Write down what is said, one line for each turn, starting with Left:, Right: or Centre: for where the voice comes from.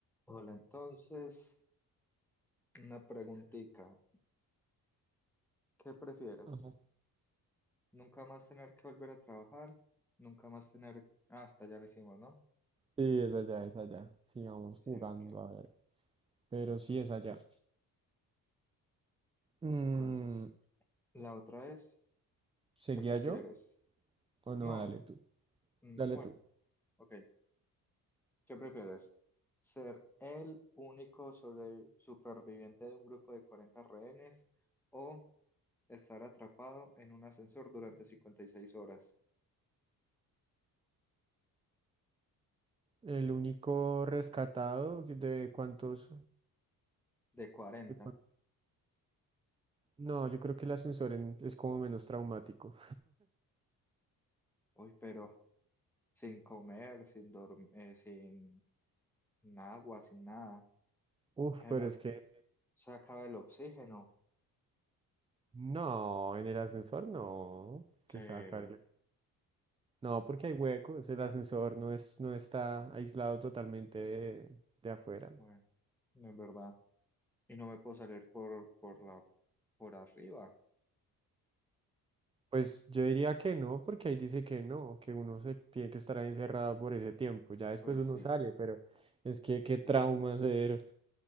Centre: Hola, entonces, una preguntita. ¿Qué prefieres?
Right: Ajá.
Centre: ¿Nunca más tener que volver a trabajar? ¿Nunca más tener... Ah, hasta ya lo hicimos, ¿no?
Right: Sí, es allá, es allá. Sigamos jugando,
Centre: Sí, ok.
Right: a ver. Pero sí es allá. Mm,
Centre: Entonces, la otra es,
Right: ¿seguía
Centre: ¿qué prefieres?
Right: yo o no?
Centre: No,
Right: Dale tú.
Centre: mm,
Right: Dale
Centre: ah, bueno,
Right: tú.
Centre: ok. ¿Qué prefieres? ¿Ser el único sobre- superviviente de un grupo de 40 rehenes o estar atrapado en un ascensor durante 56 horas
Right: El único rescatado de cuántos...
Centre: de cuarenta.
Right: de cuán- No, yo creo que el ascensor en- es como menos traumático.
Centre: Uy, pero... sin comer, sin dormir, sin agua, sin nada.
Right: Uf,
Centre: Además,
Right: pero es que...
Centre: se acaba el oxígeno.
Right: No, en el ascensor no.
Centre: Sí,
Right: Que se va a caer. No, porque hay huecos, el ascensor no es, no está aislado totalmente de, de afuera.
Centre: bueno, es verdad. Y no me puedo salir por, por la, por arriba.
Right: Pues yo diría que no, porque ahí dice que no, que uno se tiene que estar ahí encerrado por ese tiempo. Ya después
Centre: Pues
Right: uno
Centre: sí.
Right: sale, pero es que qué trauma ser,